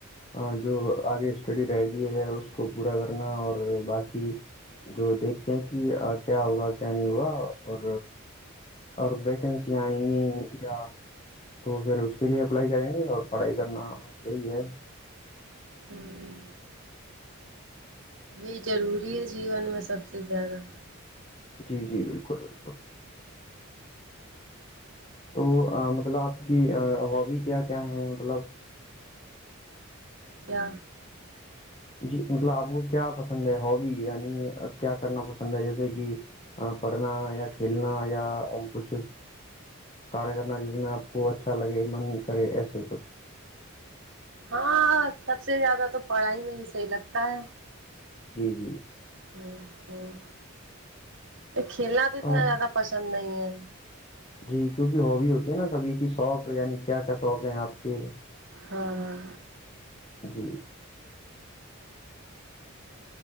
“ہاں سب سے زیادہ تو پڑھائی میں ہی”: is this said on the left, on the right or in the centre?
Right